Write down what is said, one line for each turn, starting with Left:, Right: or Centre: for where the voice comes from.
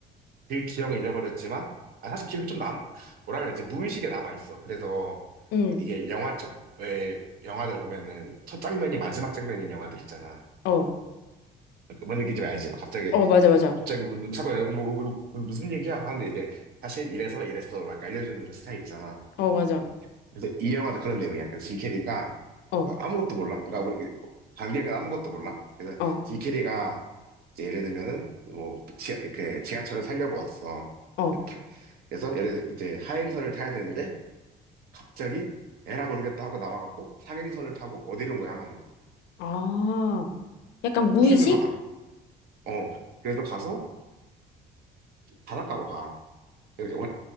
Right: 그 기억은 잊어버렸지만 아 사실 기억이 좀 남아 뭐라 그래 이제 무의식에 남아 있어. 그래서
Left: 응,
Right: 이게 영화 첫왜 영화들 보면은 첫 장면이 마지막 장면인 영화들 있잖아.
Left: 어,
Right: 뭔 느낌인지 알지? 막 갑자기
Left: 어, 맞아, 맞아.
Right: 갑자기 무슨 야뭐 이거 무슨 얘기야? 하는데 이제 사실 이래서 이랬어 막 알려주는 그 스타일이잖아.
Left: 어, 맞아.
Right: 음. 그래서 이 영화도 그런 내용이야. 그래서 짐 캐리가
Left: 어,
Right: 어, 아무것도 몰라. 그러니까 우리 관객은 아무것도 몰라. 그래서
Left: 어,
Right: 짐 캐리가 이제 예를 들면은 뭐 지하, 이렇게 지하철을 타려고 왔어.
Left: 어.
Right: 그 타- 그래서 예를 들- 이제 하행선을 타야 되는데 갑자기 에라 모르겠다 하고 나와갖고 상행선을 타고 어디론가 향하는 거.
Left: 아, 약간
Right: 어,
Left: 무의식?
Right: 출근하다가. 어 그래서 가서 바닷가로 가. 이렇게